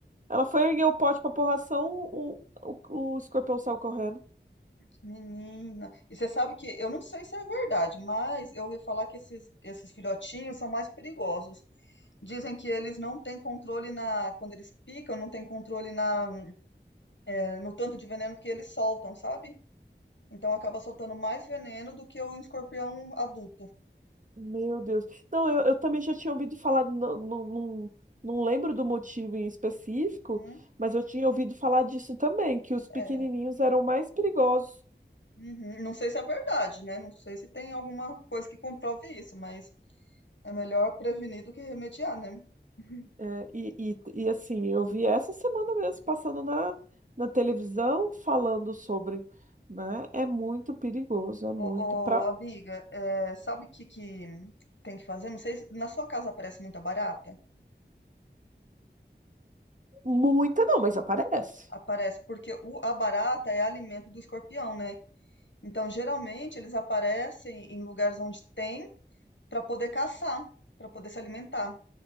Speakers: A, on the right; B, on the left.
A: Ela foi erguer o pote pra pôr ração, o, o, o escorpião saiu correndo.
B: Menina. E você sabe que, eu não sei se é verdade, mas eu ouvi falar que esses, esses filhotinhos são mais perigosos. Dizem que eles não têm controle na, quando eles picam, não têm controle na, eh, no tanto de veneno que eles soltam, sabe? Então acaba soltando mais veneno do que o escorpião adulto.
A: Meu Deus. Não, eu, eu também já tinha ouvido falar, não, não, não, não lembro do motivo em específico,
B: Hum,
A: mas eu tinha ouvido falar disso também, que os pequenininhos
B: é.
A: eram mais perigosos.
B: Uhum. Não sei se é verdade, né? Não sei se tem alguma coisa que comprove isso, mas é melhor prevenir do que remediar, né? <laughs>
A: É, e, e, e assim, eu vi essa semana mesmo, passando na, na televisão, falando sobre, né? É muito perigoso, é muito,
B: Ô,
A: pra
B: ô, amiga, é, sabe o que, que tem que fazer? Não sei se na sua casa aparece muita barata.
A: muita não, mas aparece.
B: Aparece, porque o- a barata é alimento do escorpião, né? Então, geralmente, eles aparecem em lugares onde tem para poder caçar, para poder se alimentar.